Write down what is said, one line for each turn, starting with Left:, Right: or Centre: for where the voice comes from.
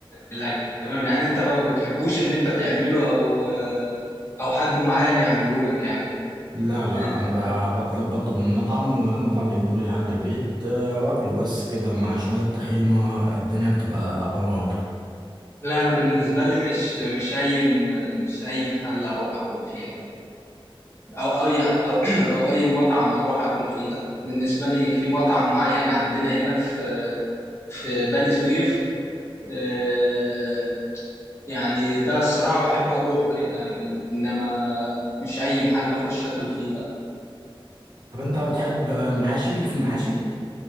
Left: الاكل تمام يعني انت ما بتحبوش ان انت تعمله او او حد معين يعمله لك يعني
Right: لا لا
Left: آه،
Right: انا بقى بطلب بطلب من المطعم والمطعم بيجيبه لي لحد البيت آه، واكله بس كده مع شوية طحينة الدنيا بتبقى دمار
Left: لا انا بالنسبه لي مش مش اي مش اي محل اروح اكل فيه او او اي او, <clears throat> أو اي مطعم اروح اكل فيه لا بالنسبه لي في مطعم معين عندنا هنا في في بني سويف آه، يعني ده الصراحة بحب أروحه كده يعني إنما مش أي محل أخش آكل فيه لا
Right: طب انت بتحب المحاشي ليك في المحاشي